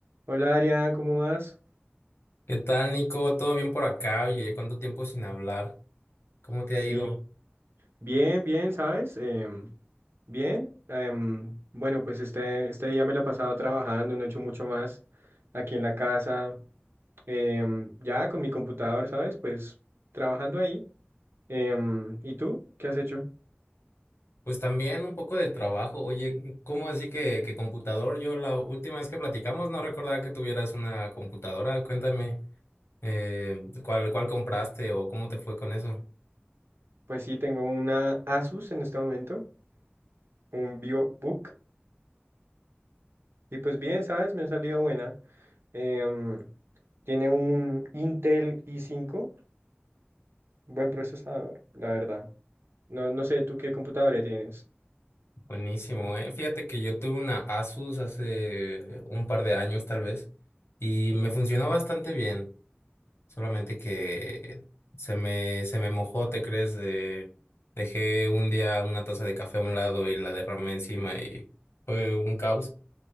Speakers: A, on the right (about 70°); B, on the left (about 85°).
A: Hola Adrián, ¿cómo vas?
B: ¿Qué tal, Nico? ¿Todo bien por acá? Oye, ¿cuánto tiempo sin hablar? ¿Cómo te
A: Sí,
B: ha ido?
A: bien, bien, ¿sabes? Em, bien. em, bueno, pues este, este día me la he pasado trabajando, no he hecho mucho más aquí en la casa, em, ya con mi computador, ¿sabes? Pues trabajando ahí. Em, ¿y tú? ¿Qué has hecho?
B: Pues también un poco de trabajo. Oye, ¿cómo así que, que computador? Yo la última vez que platicamos no recordaba que tuvieras una computadora. Cuéntame, eh, ¿cuál, cuál compraste o cómo te fue con eso?
A: Pues sí, tengo una Asus en este momento, un VivoBook, y pues bien, ¿sabes? Me ha salido buena. Em, tiene un Intel i5, buen procesador, la verdad. No, no sé, ¿tú qué computadora tienes?
B: Buenísimo, ¿eh? Fíjate que yo tuve una Asus hace un par de años, tal vez, y me funcionó bastante bien. Solamente que se me, se me mojó, ¿te crees? De, dejé un día una taza de café a un lado y la derramé encima y fue un caos.